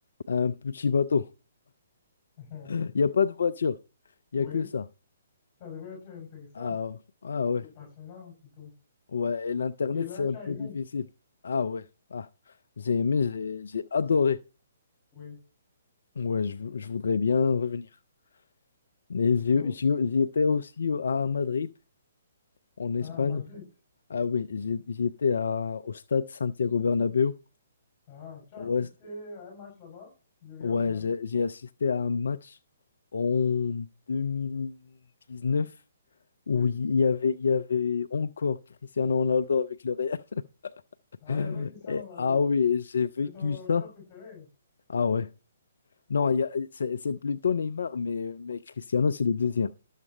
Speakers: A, on the left; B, on the left.
A: un petit bateau.
B: <laughs>
A: Il n'y a pas de voiture, il
B: Oui.
A: n'y a que ça.
B: Ça devrait être intéressant
A: Ah, ah ouais,
B: et passionnant, plutôt.
A: ouais, et l'Internet,
B: Et là,
A: c'est
B: tu
A: un peu
B: as aimé?
A: difficile. Ah ouais, ah, j'ai aimé, j'ai j'ai adoré.
B: Oui.
A: Ouais, je, vou- je voudrais bien revenir. Mais
B: D'accord.
A: j'ai- j'ai- j'étais aussi à Madrid, en Espagne.
B: Ah, Madrid.
A: Ah oui, j'ai- j'étais à- au stade Santiago Bernabéu.
B: Ah, tu as
A: Ouais,
B: assisté à un match là-bas du Real
A: Ouais,
B: de Madrid?
A: j'ai j'ai assisté à un match en deux mille dix neuf où
B: Oui.
A: il y avait, il y avait encore Cristiano Ronaldo avec le Real. <laughs>
B: Ah, il y avait Cristiano
A: Et,
B: Ronaldo.
A: ah oui, j'ai vécu
B: C'est ton
A: ça.
B: joueur préféré.
A: Ah ouais. Non, il y a- c'est c'est plutôt Neymar, mais, mais Cristiano, c'est le deuxième.